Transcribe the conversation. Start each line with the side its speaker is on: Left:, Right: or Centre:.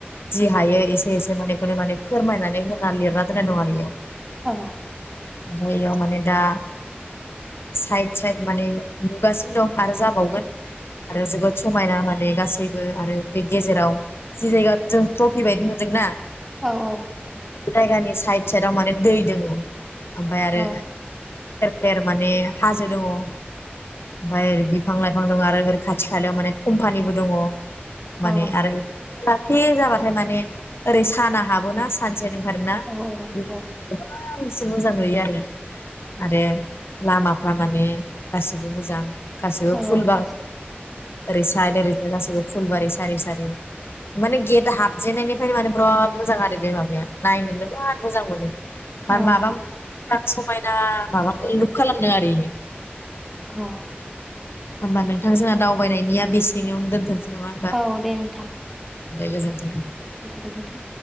Left: जि हायो एसे एसे मानेखौनो माने फोरमायनानै होना लिरना दोन्नाय दं आरो बेयाव।
Centre: औ
Left: जायआव माने दा साइद साइद माने नुगासिनो दं आरो जाबावगोन आरो जोबोद समायना माने गासैबो आरो बे गेजेराव जि जायगा जों ट्रफि बायदि नुदोंना
Centre: औ औ।
Left: जायगानि साइद साइदाव माने दै दोङो। <inaudible> ओमफाय आरो
Centre: औ
Left: बेर माने हाजो दङ ओमफाय बिफां लाइफां दङ आरो ओरै खाथि खालायाव माने कम्पानिबो दङ।
Centre: औ
Left: माने आरो बेलासे जाबाथाय माने ओरै साना हाबोना सानसे <unintelligible> <unintelligible> मोजां
Centre: औ औ
Left: नुयो आरो आरो लामाफ्रा माने गासिबो मोजां। गासिबो
Centre: औ
Left: फुल बाग
Centre: गासै
Left: ओरै साइद ओरै गासिबो फुलबारि सारि सारि माने गेट हाबजेननायनिफ्रायनो माने बिराद मोजां आरो बे माबाया नायनोनो बिराद मोजां मोनो। मा
Centre: औ
Left: माबाम समायना माबा लुुक खालामदों आरो इयो।
Centre: अ।
Left: होमबा नोंथां जोङा दावबायनायनिया बेसेनियावनो दोनथ'नोसै नङा होनबा
Centre: औ दे नोंथां,
Left: दे गोजोनथों
Centre: दे गोजोनथों।